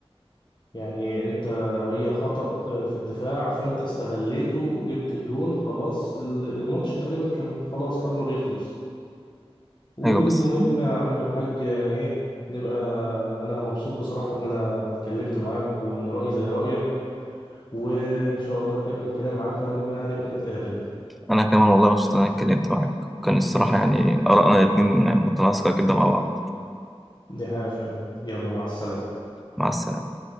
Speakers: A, on the left; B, in the centre.
A: يعني انت هي خطأ آه، في الدفاع فانت استغليته جبت الجون خلاص ال- الماتش تقريبا كان خلاص قرب يخلص والمهم
B: أيوة بس
A: يا عم الحاج يعني ايه نبقى انا مبسوط بصراحة ان انا اتكلمت معاك وان رأيي زي رأيك وان شاء الله اكمل كلامي معاك لما نبقى نتقابل
B: أنا كمان والله مبسوط إن أنا اتكلمت معاك كان الصراحة يعني آرائنا الاتنين متناسقة كده مع بعض
A: دي حاجة فعلا يلا مع السلامة
B: مع السلامة